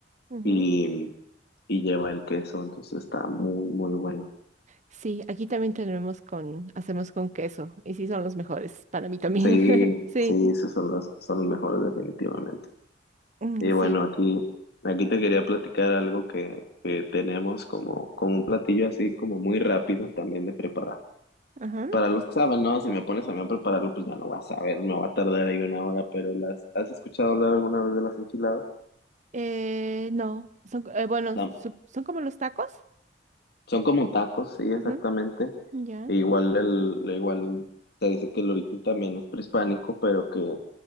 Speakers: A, on the right; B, on the left.
A: ujú.
B: y y lleva el queso, entonces está muy, muy bueno.
A: Sí, aquí también tenemos con, hacemos con queso, y sí son los mejores para mí también.
B: Sí,
A: <laughs> Sí.
B: sí, esos son los, son los mejores definitivamente.
A: Mm,
B: Y
A: Sí,
B: bueno, aquí, aquí te quería platicar algo que, que tenemos como, como un platillo así como muy rápido también de preparar.
A: Ajá.
B: Para los que saben, no, si me pones a mí a prepararlo, pues ya no vas a saber, me va a tardar ahí una hora, pero las, ¿has escuchado hablar alguna vez de las enchiladas?
A: Eh, no, son, eh, bueno,
B: No,
A: su- son como los tacos.
B: son como tacos, sí, exactamente.
A: Ajá. Ya.
B: E igual el, igual se dice que el origen también es prehispánico, pero que